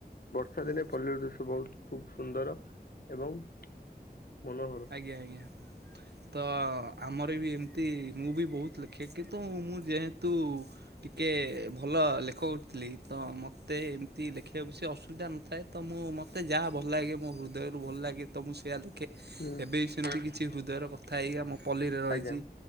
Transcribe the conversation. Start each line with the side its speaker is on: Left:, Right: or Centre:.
Left: ଶୀତଦିନେ
Right: ହଁ
Left: ପଲ୍ଲୀର ଦୃଶ୍ୟ, ବହୁତ ଖୁବ ସୁନ୍ଦର ଏବଂ ମନୋହର।
Right: ଆଜ୍ଞା ଆଜ୍ଞା ତ ଆମର ବି ଏମିତି, ମୁଁ ବି ବହୁତ ଲେଖେ କିନ୍ତୁ ମୁଁ ଯେହେତୁ ଟିକେ ଭଲ ତ ଲେଖଉଥିଲି, ତ ମତେ ଏମିତି ଲେଖିବାକୁ ସେ ଅସୁବିଧା ନଥାଏ। ତ ମୁଁ ମତେ ଯାହା ଭଲ ଲାଗେ ଲାଗେ ମୋ ହୃଦୟରୁୁ ଭଲ ଲାଗେ, ତ ମୁଁ ସେଇଆ ଲେଖେ।
Left: ହୁଁ
Right: ଏବେ ବି ସେମିତି କିଛି ହୃଦୟର କଥା, ଏଇଆ ମୁଁ ପଲ୍ଲୀରେ ରହିଛି।
Left: ଆଜ୍ଞା